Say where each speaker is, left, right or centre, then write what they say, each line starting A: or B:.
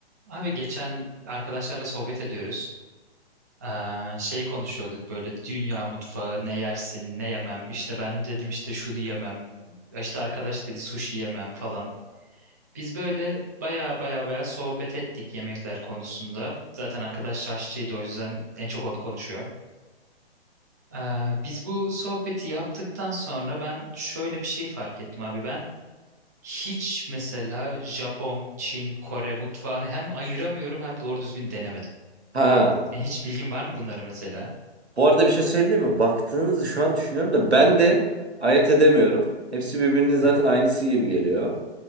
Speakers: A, on the right; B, on the right.
A: Abi geçen arkadaşlarla sohbet ediyoruz. Ee, şey konuşuyorduk böyle dünya mutfağı ne yersin ne yemem. İşte ben dedim işte şunu yemem. İşte arkadaş dedi sushi yemem falan. Biz böyle baya baya baya sohbet ettik yemekler konusunda. Zaten arkadaş aşçıydı o yüzden en çok onu konuşuyor. Ee, biz bu sohbeti yaptıktan sonra ben şöyle bir şey fark ettim abi. Ben hiç mesela Japon, Çin, Kore mutfağını hem ayıramıyorum hem doğru düzgün denemedim.
B: Ha.
A: E, hiç bilgin var mı bunları mesela?
B: Bu arada bir şey söyleyeyim mi? Baktığınızı şu an düşünüyorum da ben de ayırt edemiyorum. Hepsi birbirinin zaten
A: Hı hı.
B: aynısı gibi geliyor.